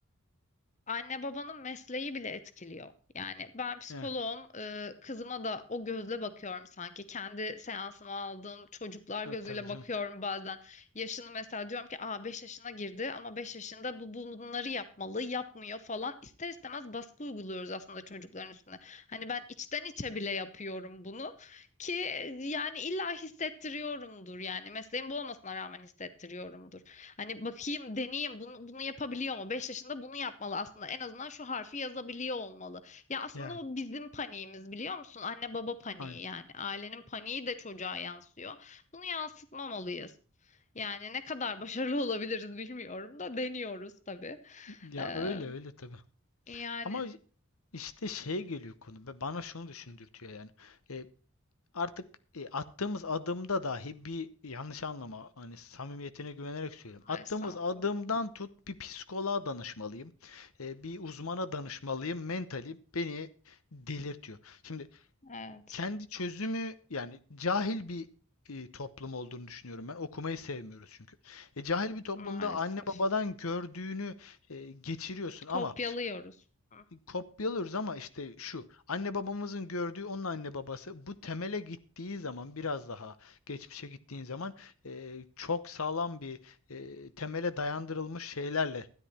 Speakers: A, on the left; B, on the left.
A: Anne babanın mesleği bile etkiliyor. Yani ben psikoloğum,
B: Evet,
A: e, kızıma da o gözle bakıyorum sanki. Kendi seansıma aldığım çocuklar gözüyle
B: evet tabii canım.
A: bakıyorum bazen. Yaşını mesela diyorum ki aa 5 yaşına girdi ama 5 yaşında bu bunları yapmalı, yapmıyor falan. İster istemez baskı uyguluyoruz aslında çocukların üstüne. Hani ben içten içe bile yapıyorum bunu ki yani illa hissettiriyorumdur yani mesleğim bu olmasına rağmen hissettiriyorumdur. Hani bakayım, deneyeyim, bunu, bunu yapabiliyor mu? 5 yaşında bunu yapmalı aslında. En azından şu harfi yazabiliyor olmalı. Ya aslında
B: Yani.
A: o bizim paniğimiz biliyor musun? Anne baba paniği
B: Aynen.
A: yani. Ailenin paniği de çocuğa yansıyor. Bunu yansıtmamalıyız. Yani ne kadar başarılı olabiliriz bilmiyorum da deniyoruz tabii.
B: Ya
A: Ee,
B: öyle öyle tabii.
A: yani
B: Ama işte şeye geliyor konu. Ve Bana şunu düşündürtüyor yani. E, artık e, attığımız adımda dahi bir yanlış anlama hani samimiyetine güvenerek söylüyorum. Attığımız
A: estağfurullah.
B: adımdan tut bir psikoloğa danışmalıyım. E, bir uzmana danışmalıyım. Mentali beni delirtiyor. Şimdi
A: Evet,
B: kendi çözümü yani cahil bir e, toplum olduğunu düşünüyorum ben. Okumayı sevmiyoruz çünkü. E, cahil bir toplumda
A: maalesef.
B: anne babadan gördüğünü e, geçiriyorsun ama
A: Kopyalıyoruz. Hı.
B: kopyalıyoruz ama işte şu anne babamızın gördüğü onun anne babası bu temele gittiği zaman biraz daha geçmişe gittiğin zaman eee, çok sağlam bir eee, temele dayandırılmış şeylerle